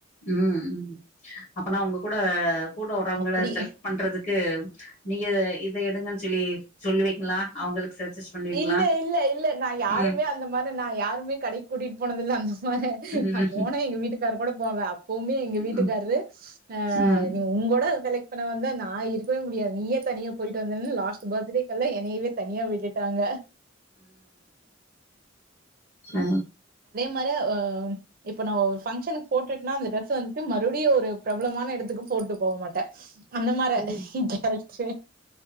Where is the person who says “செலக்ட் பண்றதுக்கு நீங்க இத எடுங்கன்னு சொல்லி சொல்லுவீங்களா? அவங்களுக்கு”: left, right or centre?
Left